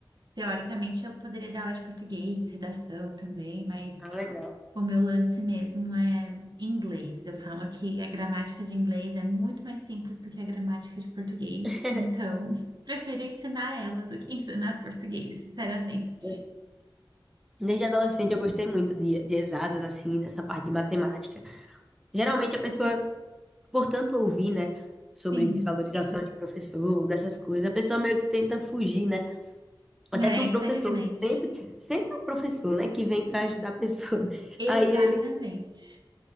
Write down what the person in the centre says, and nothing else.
Ah, legal.
<laughs>
Eu- Desde adolescente eu gostei muito de, de exatas, assim, nessa parte de matemática. Geralmente a pessoa, por tanto ouvir, né, sobre
desvalorização de professor, dessas coisas, a pessoa meio que tenta fugir, né? Até
que um
professor, sempre, sempre é um professor, né, que vem para ajudar a pessoa. <laughs>
Aí ele,